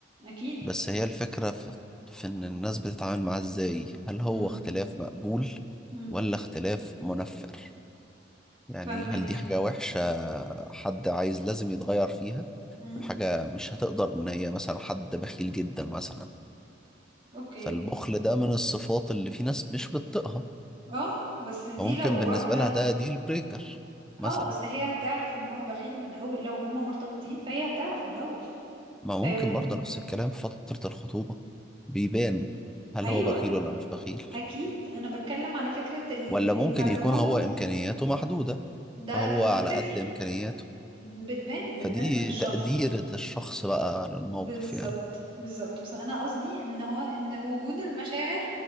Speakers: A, on the right; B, in the centre.
A: اكيد
B: بس هي الفكرة في, في إن الناس بتتعامل معاه إزاي هل هو
A: امم
B: اختلاف مقبول
A: امم
B: ولا اختلاف منفر يعني
A: فاهمك
B: هل دي حاجة وحشة حد عايز لازم يتغير فيها
A: امم
B: وحاجة مش هتقدر إن هي مثلا حد بخيل جدا مثلا
A: اوكي
B: فالبخل ده من الصفات اللي في ناس مش بتطيقها
A: اه بس دي
B: فممكن
A: لو
B: بالنسبة
A: واحدة
B: لها ده ديل بريكر مثلا
A: اه بس هي هتعرف ان هو بخيل من اول لو هما مرتبطين فهي هتعرف من الاول
B: ما ممكن
A: فهي م-
B: برضه نفس الكلام في فترة الخطوبة بيبان هل
A: ايوه
B: هو بخيل ولا مش بخيل
A: اكيد انا بتكلم على فكرة ال-
B: ولا ممكن
A: المجهود
B: يكون هو إمكانياته محدودة
A: ده
B: فهو
A: دي
B: على
A: بتفرق
B: قد إمكانياته
A: بتبان بتبان
B: فدي
A: من الشخص
B: تقدير الشخص بقى للموقف
A: بالظبط
B: يعني
A: بالظبط بس انا قصدي ان هو ان وجود المشاعر